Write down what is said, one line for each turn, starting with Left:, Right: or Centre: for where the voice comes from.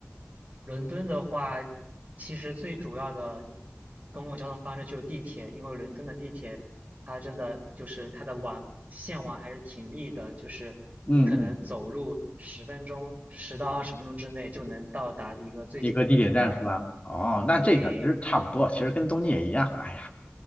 Right: 伦敦的话，其实最主要的公共交通方式就是地铁，因为伦敦的地铁它真的就是它的网线网还是挺密的，就是你可能走路十分钟，
Left: 嗯嗯，
Right: 十到二十分钟之内就能到达一个最近的地铁站。
Left: 一个地铁站是吧？哦，那这个其实差不多，
Right: 对
Left: 其实跟东京也一样。哎呀，